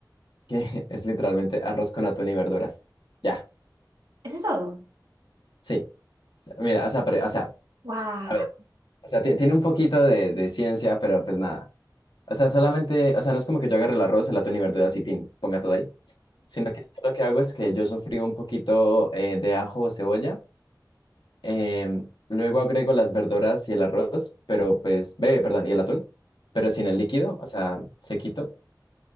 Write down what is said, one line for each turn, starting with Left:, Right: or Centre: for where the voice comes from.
Left: que <laughs> es literalmente arroz con atún y verduras. Ya,
Right: eso es todo.
Left: sí. O sea, Mira, o sea, pero- o sea,
Right: Wow.
Left: a ver, o sea, ti- tiene un poquito de, de ciencia, pero pues nada. O sea, solamente, o sea, no es como que yo agarre el arroz, el atún y verduras y tin, ponga todo ahí, sino que yo lo que hago es que yo sofrío un poquito eh, de ajo o cebolla, em, luego agrego las verduras y el arroz, pero pues, ve, perdón, y el atún, pero sin el líquido, o sea, sequito.